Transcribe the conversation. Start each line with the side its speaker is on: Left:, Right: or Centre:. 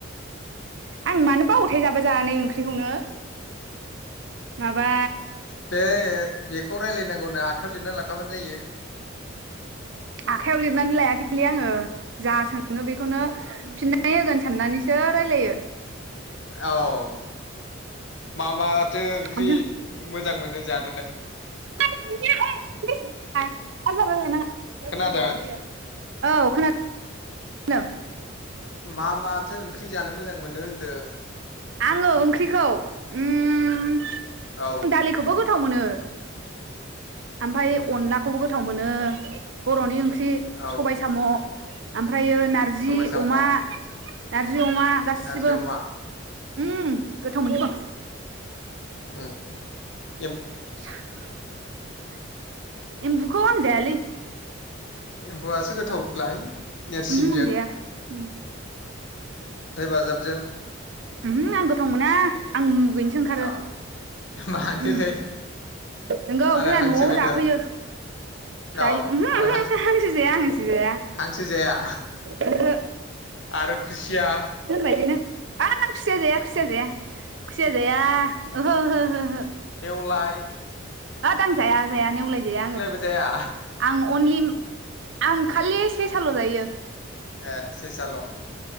Right: आं मानो बावोथाय जाबा जानानै ओंख्रिखौनो। माबा
Left: बे बे खौ रायलायनांगौ होनना आखाइयाव लिरना लाखाबानो जायो।
Right: आखाइयाव लिरनानै लायाखैलै आङो। जा सोङो बेखौनो फिननाय होगोन साननानैसो रायलायो।
Left: औ मा माथो ओंख्रि
Right: आजा
Left: मोजां मोनो जानोलाय?
Right: <unintelligible> <unintelligible>
Left: खोनादों?
Right: औ खोना दों।
Left: मा माथो ओंख्रि जानो मोजां मोनो होनदों?
Right: आङो ओंख्रिखौ उम
Left: औ
Right: दालिखौबो गोथ गोथाव मोनो। ओमफ्राय
Left: उम
Right: अनलाखौबो गोथाव मोनो बर'नि ओं ख्रि
Left: औ
Right: सबाय
Left: ओमफ्राय
Right: साम' ओमफ्रायो नारजि
Left: सबाय साम'
Right: अमा नारजि अमा गासिबो।
Left: नारजि अमा
Right: उम गोथाव मोनजोबो।
Left: उ।
Right: <unintelligible> एमबुखौ आं जायालै।
Left: एम्बुआसो गोथावलाय। नेरसिंजों।
Right: उमहो आं जाया उम।
Left: बाजाबजों
Right: उमहो आं ग थाव मोना आं मुगैनोसो ओंखारो।
Left: औ मानोलै
Right: उम नंगौ
Left: आरो
Right: जोंना
Left: हांसो
Right: न'आव
Left: बेदर
Right: जाफैयो जायो
Left: औ
Right: उमहो
Left: आरो
Right: उमहो हांसो जाया हांसो जाया।
Left: हांसो जाया
Right: ओहो
Left: आरो खुसिया।
Right: बेनो। आद आं खुसिया जाया खुसिया जाया खुसिया जाया ओहो ओहो ओहो।
Left: लाय।
Right: ओद आं जाया। जाया नेवलाय जाया आङो
Left: जाया
Right: आं अनलि आं खालिस। सेसाल' जायो।
Left: ए सेसाल'।